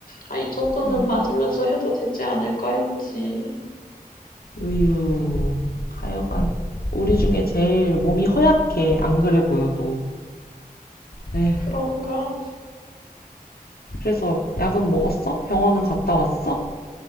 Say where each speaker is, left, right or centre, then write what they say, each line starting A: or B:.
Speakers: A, on the left; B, on the left.
A: 아, 이 정도는
B: 음,
A: 맞으면서 해도 되지 않을까 했지.
B: 으유, 하여간, 우리 중에 제일 몸이 허약해. 안 그래 보여도. 에휴,
A: 그런가?
B: 그래서 약은 먹었어? 병원은 갔다 왔어?